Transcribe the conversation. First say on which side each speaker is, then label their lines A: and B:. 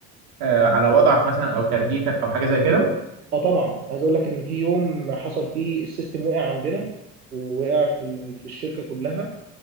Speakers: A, on the right (about 55°); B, on the right (about 80°).
A: آه، على وضعك مثلا او ترقيتك او حاجه زي كده
B: اه طبعا عايز اقول لك ان في يوم حصل فيه السيستم وقع عندنا ووقع في ال- في الشركه كلها